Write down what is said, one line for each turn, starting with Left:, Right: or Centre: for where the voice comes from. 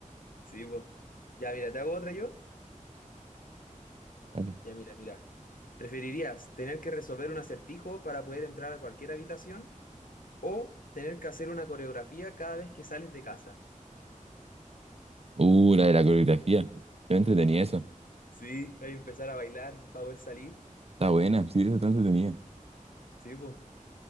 Left: Sí, pues. Ya, mira, ¿te hago otra yo?
Right: Vale.
Left: Ya, mira, mira. ¿Preferirías tener que resolver un acertijo para poder entrar a cualquier habitación? O tener que hacer una coreografía cada vez que sales de casa.
Right: Uh, la de la coreografía. Yo entretenía eso.
Left: Sí, hay que empezar a bailar para poder salir.
Right: Está buena, sí, eso está entretenida.
Left: Sí, pues.